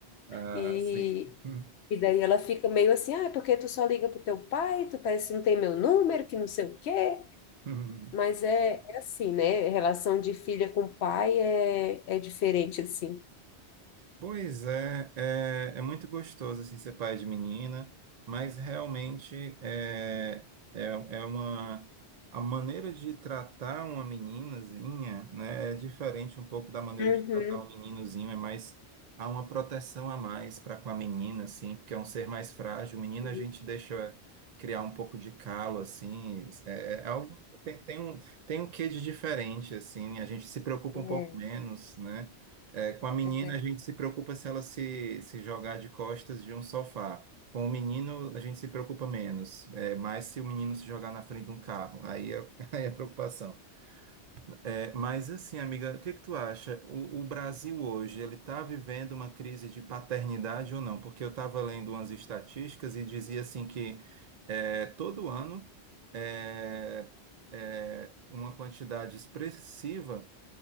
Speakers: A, on the right; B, on the left.
A: Ah,
B: E
A: sim. Uhum.
B: E daí ela fica meio assim, ah, é porque tu só liga pro teu pai, tu parece que não tem meu número, que não sei o quê.
A: uhum.
B: Mas é, é assim, né? Relação de filha com pai é, é diferente, assim.
A: Pois é, é, é muito gostoso assim, ser pai de menina, mas realmente é, é, é uma a maneira de tratar uma meninazinha, né, é diferente um pouco da maneira
B: Uhum.
A: de tratar um meninozinho, é mais há uma proteção a mais para com a menina, assim, porque é um ser mais frágil. Menina
B: Uhum.
A: a gente deixa criar um pouco de calo, assim, é, é é algo tem, tem um tem um quê de diferente, assim, a gente se preocupa
B: Uhum.
A: um pouco menos, né? É, com a menina,
B: É, é, né?
A: a gente se preocupa se ela se, se jogar de costas de um sofá. Com o menino, a gente se preocupa menos. É, mais se o menino se jogar na frente de um carro. Aí é, <laughs> aí é preocupação. É, mas assim, amiga, o que que tu acha? O, o Brasil hoje, ele está vivendo uma crise de paternidade ou não? Porque eu estava lendo umas estatísticas e dizia assim que é, todo ano é, é, uma quantidade expressiva